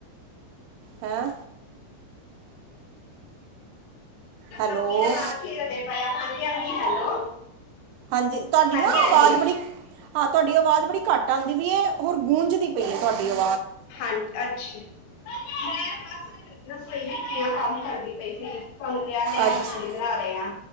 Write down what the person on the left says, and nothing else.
ੋਗੀ ਨਾਲ ਖੇਰਦੇ ਪਏ ਹਾਂਜੀ ਹਾਂਜੀ ਹੈਲੋ <unintelligible>
ਹਾਂਜੀ
ਹਾਂਜੀ
ਹਾਂਜੀ ਅੱਛਾ ਮੈਂ ਬਸ ਦੱਸੋ ਹੀ ਨਹੀਂ ਕਿ ਆ ਕੰਮ <unintelligible> ਫਰਦੀ ਪਈ ਸੀਗੀ <unintelligible> ਪੰਕਿਆ ਤੇ
ਅ ਪੂੜੀ ਬਣਾ ਦੇ ਹ